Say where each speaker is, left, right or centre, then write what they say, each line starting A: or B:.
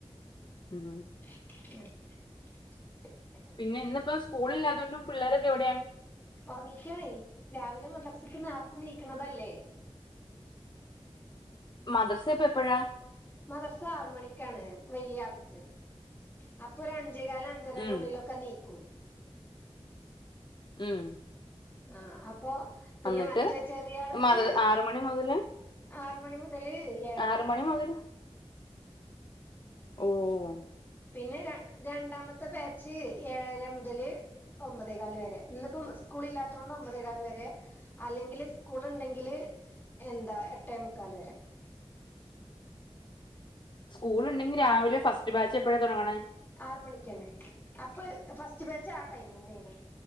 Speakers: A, on the left; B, on the left.
A: ഉം
B: അഹ് അയ്‌ന് വെർതെ
A: പിന്നെ ഇന്ന്പ്പ സ്കൂളില്ലാ അതോണ്ടും പിള്ളേരൊക്കെ എവിടെയാ
B: ഒറങ്ങിക്കാണെയ് രാവിലെ മദ്രസ്ക്ക്‌ ന്നാർത്തെ നീക്ക്ണതല്ലേ
A: മദർസ് എപ്പെ എപ്പഴാ
B: മദർസ് ആറ് മണിക്കാണ് വെല്ല്യെ ആൾക്ക് അപ്പൊ ഒര് അഞ്ചേക്കാല് അഞ്ച ഞ്ചരെടെ
A: ഉം
B: ഉള്ളിലൊക്കെ നീക്കും
A: ഉം
B: ആഹ് അപ്പൊ പിന്നെ
A: എന്നിട്ട്
B: മറ്റേ ചെറിയ ആള്ക്ക്
A: മദ്ര ആറ് മണി മുതല്
B: ആറ് മണി മുതല് ഏഴെര
A: ആറ്
B: വെരെ
A: മണി മുതല് ഓഹ് ഓഹ് വോ
B: പിന്നെ ര രണ്ടാമത്തെ ബാച്ച് ഏഴര മുതല് ഒമ്പതേകാല് വരെ ഇന്നിപ്പം സ്കൂള് ഇല്ലാത്തോണ്ട് ഒമ്പതേകാല് വരെ അല്ലെങ്കിൽ സ്കൂൾ ഇണ്ടെങ്കി ങ്കില് എന്താ എട്ടേമുക്കാല് വെരെ
A: സ്കൂള്ണ്ടെങ്കില് രാവിലെ ഫസ്റ്റ് ബാച്ചെപ്പഴാ തൊടങ്ങണെ
B: ആറ് മണിക്കെന്നെ അപ്പൊ ഫസ്റ്റ് ബാച്ച് ആ ടൈമെന്നെണ്